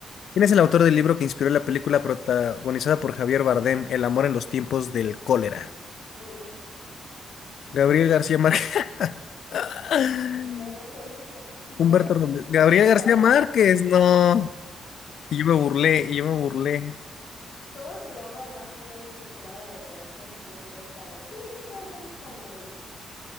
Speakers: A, on the left; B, on the left.
A: ¿Quién es el autor del libro que inspiró la película protagonizada por Javier Bardem, El amor en los tiempos del cólera?
B: Uy,
A: Gabriel García Márquez. <laughs>
B: no sé, no sé, no sé si lo
A: Humberto
B: voy a poner.
A: Robles. Gabriel
B: Eso, <laughs>
A: García Márquez, no. Y yo me burlé, y yo me burlé.
B: ¿cómo se llama el más polémico jurado de Operación Triunfo España? Es que creo que todos son españoles.